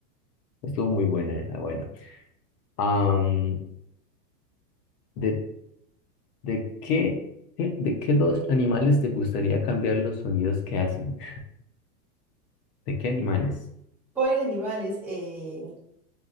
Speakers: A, on the left; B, in the centre.
A: Estuvo muy buena esa. Bueno, Am, ¿de, de qué, qué- de qué dos animales te gustaría cambiar los sonidos que hacen? ¿De qué animales?
B: Pobres animales. Eh,